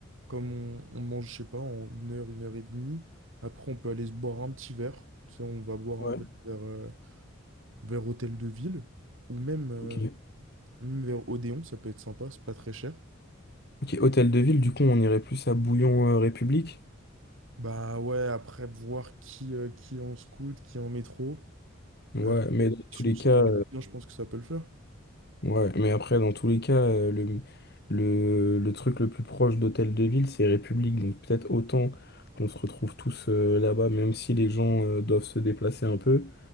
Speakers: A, on the right; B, on the left.
A: comme on, on mange, je sais pas, en une heure, une heure et demie, après on peut aller se boire un petit verre. Tu sais, on va boire
B: Ouais,
A: un verre vers, euh, vers Hôtel de Ville ou même, euh,
B: ok.
A: même vers Odéon, ça peut être sympa, c'est pas très cher.
B: Ok, hôtel de ville, du coup, on irait plus à Bouillon euh, République.
A: Bah ouais, après voir qui, euh, qui est en scoot, qui est en métro.
B: Ouais,
A: euh,
B: mais dans
A: si
B: tous les
A: on s'organise
B: cas.
A: bien, je pense que ça peut le faire.
B: Ouais, mais après, dans tous les cas, euh, le, le, le truc le plus proche d'Hôtel de Ville, c'est République. Donc peut-être autant qu'on se retrouve tous euh, là-bas, même si les gens euh, doivent se déplacer un peu.